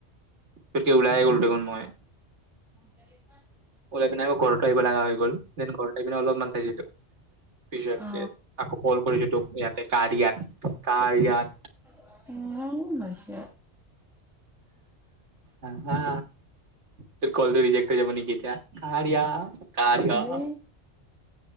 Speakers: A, on the right; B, in the centre.
A: পতকে ওলাই হে গলো দেখোন মই
B: ত <unintelligible>
A: ওলাই পিনে আকৌ ঘৰত আহিব লগা হৈ গল দেন ঘৰত আহি পিনে অলপমান চাইছোঁ পিছতকে
B: অ'
A: আকৌ কল কৰিছো তোক ইয়াতে কাৰিয়াত কাৰিয়াত
B: <unintelligible> অ মিছা
A: অহ হা টোৰ কলটো ৰিজেক্ট হৈ যাব নেকি এতিয়া <inaudible> কাৰিয়
B: সেই